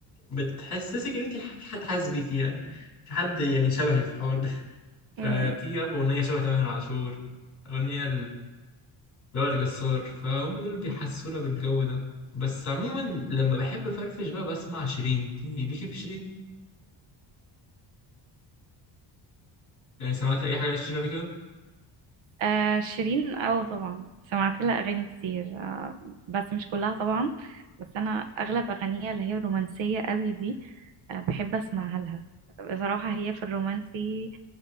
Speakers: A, on the left; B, on the right.
A: بتحسسك ان انت في حد حاسس بيكي يعني في حد يعني شبهي في الحوار ده فبتيجي
B: مم.
A: بقى باغنية شبه تامر عاشور اغنية جوهر جسار فهم دول اللي بيحسونا بالجو ده بس عموما لما بحب افرفش بقى بسمع شيرين دي ليكي في شيرين يعني سمعتي اي حاجه لشيرين قبل كده
B: آه شيرين اه طبعا سمعت لها اغاني كتير آه بس مش كلها طبعا بس انا اغلب اغانيها اللي هي الرومانسيه قوي دي آه بحب اسمعها لها بصراحه هي في الرومانسي